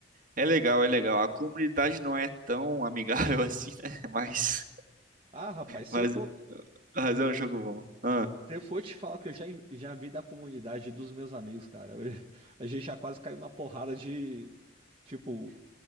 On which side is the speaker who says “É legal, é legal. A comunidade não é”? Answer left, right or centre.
Right